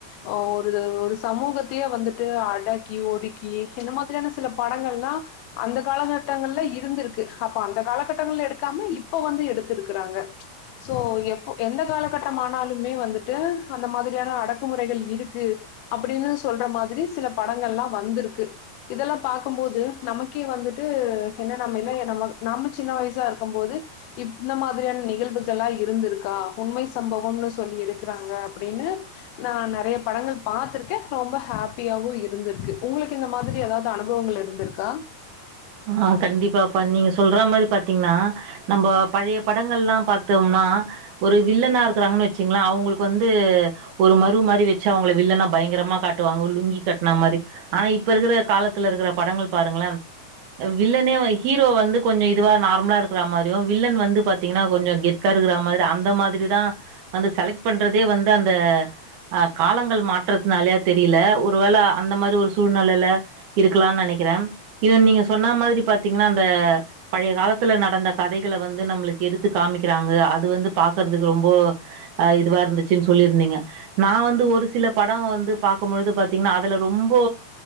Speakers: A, on the left (about 75°); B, on the right (about 70°).
A: அ ஒரு ஒரு சமூகத்தையே வந்துட்டு அடக்கி ஒடுக்கி இந்த மாதிரியான சில படங்கள்லா அந்த காலகட்டங்கள்ல இருந்துருக்கு அப்ப அந்த காலகட்டங்கள்ல எடுக்காம இப்ப வந்து எடுத்துருக்குறாங்க சோ எப்ப எந்த காலகட்டமானாலுமே வந்துட்டு அந்த மாதிரியான அடக்குமு றைகள் இருக்கு அப்டின்னு சொல்ற மாதிரி சில படங்கள்லா வந்துருக்கு இதெல்லா பாக்கும்போது நமக்கே வந்துட்டு என்ன நம்ம எல்ல நம்ம நாம சின்ன வயசா இருக்கும்போது இப் இந்த மாதிரியான நிகழ்வுகளா இருந்துருக்கா உண்மை சம்பவோனு சொல்லி எடுக்குறாங்க அப்டின்னு நா நெறைய படங்கள் பாத்துருக்கே ரொம்ப ஹாப்பியாவு இருந்துருக்கு உங்களுக்கு இந்த மாதிரி ஏதாவது அனுபவங்கள் இருந் துருக்கா
B: ஆ கண்டிப்பாப்பா நீங்க சொல்ற மாரி பாத்தீங்னா நம்ப பழைய படங்கள்லா பாத்தோம்னா ஒரு வில்லனா இருக்குறாங்கன்னு வெச்சீங்ளே அவங்களுக்கு வந்து ஒரு மறு மாரி வெச்சு அவங்கள வில்லனா பயங்கரமா காட்டுவாங்க லுங்கி கட்னா மாரி ஆனா இப்ப இருக்குற காலத்துல இருக்கிற படங்கள் பாருங்ளே வில்லனே ஹீரோ வந்து கொஞ்ச இதுவா நார்மலா இருக்கிற மாரியும் வில்லன் வந்து பாத்தீங்ன்னா கொஞ்ச கெத் த்தா இருக்கிற மாதிரி அந்த மாதிரிதா வந்து செலக்ட் பண்றதே வந்து அந்த ஆ காலங்கள் மாற்றத்துனாலயா தெரியல ஒருவேள அந்த மாரி ஒரு சூழ்நெலைல இருக்லா நெனைக்றே இத நீங்க சொன்னா மாதிரி பாத்தீங்ன்னா அந்த பழைய காலத்துல நடந்த கதைகள வந்து நம்ளுக்கு எடுத்து காமிக்றாங்க அது வந்து பாக்கறதுக்கு ரொம்போ ஆ இதுவா இருந்துச்சுன் சொல்லியிருந்தீங்க நா வந்து ஒரு சில படோ வந்து பாக்கும்பொழுது பாத்தீங்ன்னா அதுல ரொம்போ